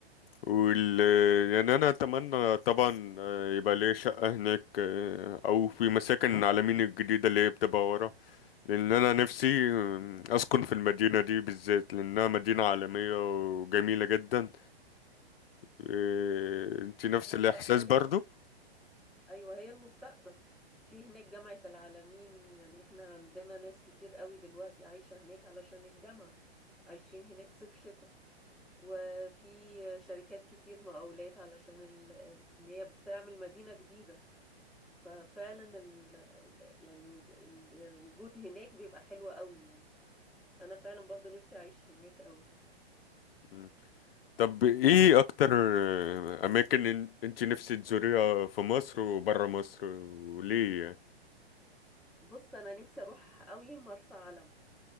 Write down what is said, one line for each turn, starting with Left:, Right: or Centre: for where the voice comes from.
Left: وال يعني أنا أتمنى طبعا آه، يبقى ليا شقة هناك آه، أو في مساكن العالمين الجديدة اللي هي بتبقى ورا لأن أنا نفسي آه، أسكن في المدينة دي بالذات لأنها مدينة عالمية وجميلة جدا إيه، انت نفس
Centre: هي
Left: الاحساس
Centre: بصراحة هي
Left: برضو
Centre: ايوه هي المستقبل في هناك جامعة العالمين يعني احنا عندنا ناس كتير قوي دلوقتي عايشة هناك علشان الجامعة عايشين هناك صيف شتاء وفي شركات كتير مقاولات علشان ال... ان هي بتعمل مدينة جديدة ففعلا ال... يعني وج- الوجود هناك بيبقى حلو قوي يعني انا فعلا برضو نفسي اعيش هناك قوي
Left: مم. طب ايه اكتر آه، اماكن إن- انت نفسك تزوريها في مصر وبره مصر وليه يعني
Centre: بص انا نفسي اروح قوي مرسى علم